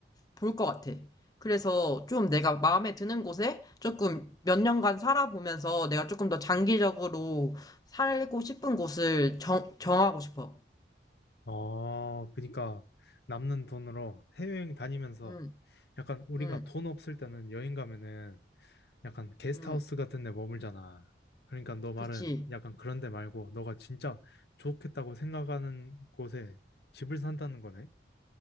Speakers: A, on the left; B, on the left.
A: 볼 것 같아. 그래서 좀 내가 마음에 드는 곳에 조금 몇 년간 살아보면서 내가 조금 더 장기적으로 살고 싶은 곳을 정, 정하고 싶어.
B: 어, 그러니까 남는 돈으로 해외여행 다니면서
A: 응,
B: 약간 우리가
A: 응,
B: 돈 없을 때는 여행 가면은 약간 게스트하우스
A: 응.
B: 같은 데 머물잖아. 그러니까 너 말은
A: 그치.
B: 약간 그런 데 말고 너가 진짜 좋겠다고 생각하는 곳에 집을 산다는 거네.